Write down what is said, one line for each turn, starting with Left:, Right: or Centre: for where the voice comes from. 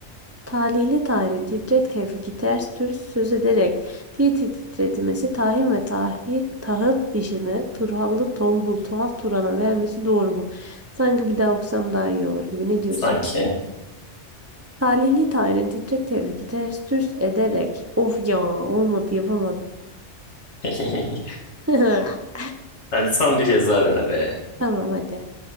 Right: Talihli Tahir'in titrek tevfiki ters türs söz ederek titi titretmesi tahin ve tahi, tahıl işini turhallı tombul tuhaf Turan'a vermesi doğru mu? Sanki bir daha okusam daha iyi olur gibi ne diyorsun?
Left: Sanki.
Right: Talihli Tahir'in titrek tevfiki ters türs ederek of ya olmadı yapamadım.
Left: <laughs>
Right: <laughs>
Left: Hadi son bir kez daha dene be.
Right: Tamam hadi.